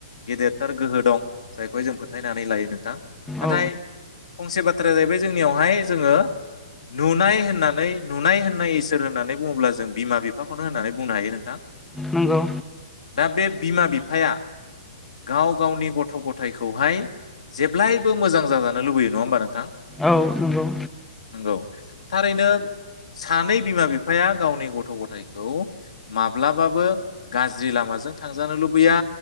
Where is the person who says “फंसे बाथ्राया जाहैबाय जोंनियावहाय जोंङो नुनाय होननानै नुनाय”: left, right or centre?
Left